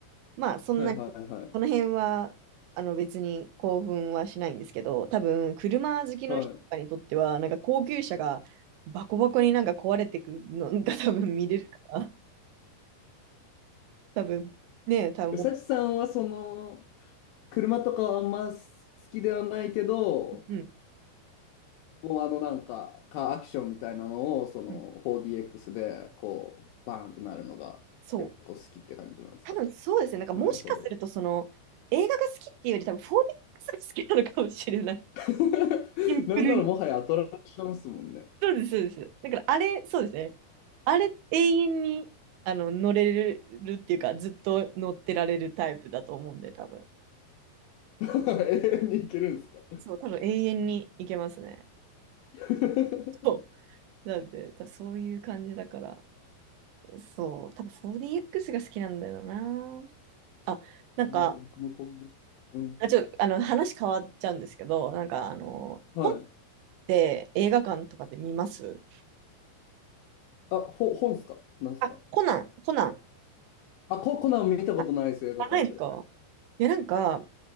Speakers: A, on the right; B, on the left.
A: まあ、そんなに、
B: はいはいはい。
A: この辺は、あの、別に興奮はしないんですけど、多分、車好きの人とかにとっては、
B: は
A: なんか高級車がバコバコになんか壊れてくのが多分見れるから、多分、ねえ、多分もう、
B: い。サチさんはその、車とかはあんま好きではないけど、
A: うん、
B: もうあのなんか、カーアクションみたいなのを、その
A: うん、
B: 4DX で、こう、バーンってなるのが結構好きって感じなんですか
A: そう。多分そうですね。なんかもしかすると、
B: なるほど。
A: その、映画が好きっていうより、多分 4DX が好きなのかもしれない。
B: <laughs>
A: シンプルに。
B: なんならもはやアトラクションっすもんね。
A: そうです、そうです。だからあれ、そうですね。あれ、永遠に、あの、乗れるっていうか、ずっと乗ってられるタイプだと思うんで、多分。
B: <laughs> 永遠に行けるんですか
A: そう、多分永遠にいけますね。<laughs>
B: <laughs>
A: そう。だって、多分そういう感じだから、そう、多分 4DX が好きなんだよな。あ、なんか、
B: いや僕の 4DX。うん。
A: あ、ちょ、あの、話変わっちゃうんですけど、なんか、あの、
B: はい。
A: 本って映画館とかで見ます
B: あ、ほ、本っすかなんすか
A: あ、コナン、コナン、
B: あ、コ、コナン見たことないです、
A: あ、
B: 映画館で。
A: あないですかいや、なんか、